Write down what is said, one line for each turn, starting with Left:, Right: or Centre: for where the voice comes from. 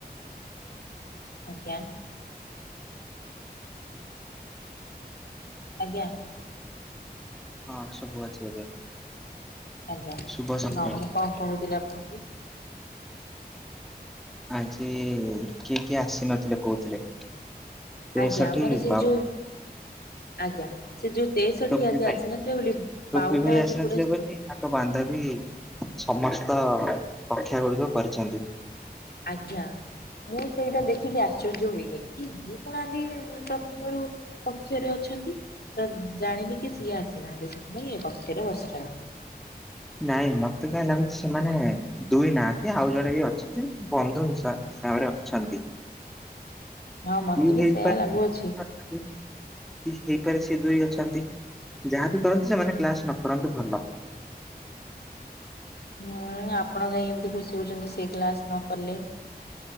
Left: ଆଜ୍ଞା। ଆଜ୍ଞା।
Centre: ହଁ ଶୁଭୁ ଅଛି ଏବେ।
Left: ଆଜ୍ଞା
Centre: ଶୁଭ ସନ୍ଧ୍ୟା
Left: ହଁ ମୁଁ କଣ କହୁଥିଲି ଆପଣଙ୍କୁ?
Centre: ଆଜି କିଏ କିଏ ଆସିନଥିଲେ କହୁଥିଲେ। ତେଷଠି
Left: ଆଜ୍ଞା ଆମର ସେଇ
Centre: ବା
Left: ଯୋଉ, ଆଜ୍ଞା ସେ ଯୋଉ ତେଇଷଠି
Centre: ଟୋପି
Left: ଆଜି
Centre: ଭାଇ
Left: ଆସିନଥିଲେ ବୋଲି
Centre: ଟୋପି
Left: ବାଉନ
Centre: ଭାଇ
Left: ଆଜି
Centre: ଆସିନଥିଲେ
Left: ପୁରା
Centre: ତାଙ୍କ ବାନ୍ଧବୀ ସମସ୍ତ କକ୍ଷା ଗୁଡିକ କରିଛନ୍ତି।
Left: ଆଜ୍ଞା। ମୁଁ ସେଇଟା ଦେଖିକି ଆଶ୍ଚର୍ଯ୍ୟ ହୋଇଗଲି କି ଇଏ କଣ ଆଜି ପ୍ରଥମରୁ କକ୍ଷରେ ଅଛନ୍ତି। ତ ଜାଣିଲି କି ସିଏ ଆସିନାହାନ୍ତି, ସେଥିପାଇଁ ଏ କକ୍ଷରେ ବସିଛନ୍ତି।
Centre: ନାଇଁ ମୋତେ କାହିଁ ଲାଗୁଛି ସେମାନେ ଦୁଇ ନାହାନ୍ତି ଆଉ ଜଣେ ବି ଅଛନ୍ତି। ବନ୍ଧୁ ହିସା ହିସାବରେ ଅଛନ୍ତି।
Left: ହଁ ମତେ
Centre: କି
Left: ବି
Centre: ହେଇପାରେ
Left: ସେୟା ଲାଗୁଅଛି
Centre: <inaudible> କି ହେଇପାରେ ସେ ଦୁଇ ଅଛନ୍ତି। ଯାହା ବିି କରନ୍ତୁ ସେମାନେ କ୍ଲାସ୍ ନ କରନ୍ତୁ ଭଲ।
Left: ହୁଁ ଆପଣ କାହିଁ ଏମିତି ଖୁସି ହଉଛନ୍ତି ସେ କ୍ଲାସ୍ ନ କଲେ।